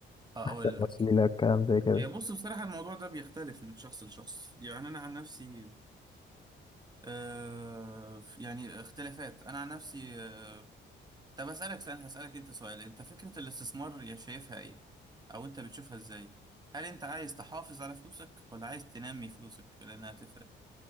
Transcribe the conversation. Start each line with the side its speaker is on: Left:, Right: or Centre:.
Right: اقول
Left: أحسن وسيلة
Right: لك
Left: الكلام زي كده
Right: هي بص بصراحة الموضوع ده بيختلف من شخص لشخص يعني انا عن نفسي آه يعني اختلافات انا عن نفسي آه طب اسالك سؤال هسالك انت سؤال انت فكرة الاستثمار يا شايفها ايه او انت بتشوفها ازاي هل انت عايز تحافظ على فلوسك ولا عايز تنمي فلوسك لانها هتفرق